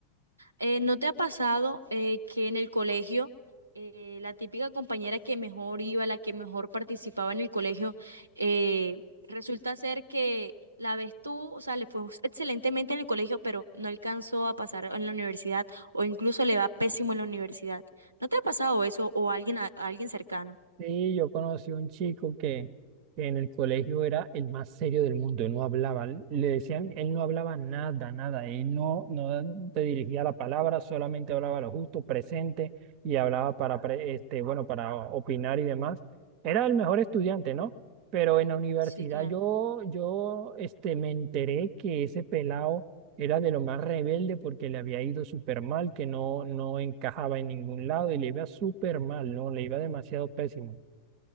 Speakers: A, on the right; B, on the right.
A: Eh, ¿no te ha pasado eh, que en el colegio eh, la típica compañera que mejor iba, la que mejor participaba en el colegio, eh, resulta ser que la ves tú, o sea, le fue excelentemente en el colegio, pero no alcanzó a pasar en la universidad o incluso le va pésimo en la universidad? ¿No te ha pasado eso o a alguien, a a alguien cercano?
B: Sí, yo conocí un chico que, que en el colegio era el más serio del mundo, él no hablaba, l- le decían, él no hablaba nada, nada, él no, no te dirigía la palabra, solamente hablaba lo justo, presente, y hablaba para, pre- este, bueno, para opinar y demás. Era el mejor estudiante, ¿no? Pero en la universidad
A: Sí, claro.
B: yo, yo, este, me enteré que ese pelado era de lo más rebelde porque le había ido súper mal, que no, no encajaba en ningún lado y le iba súper mal, ¿no? Le iba demasiado pésimo.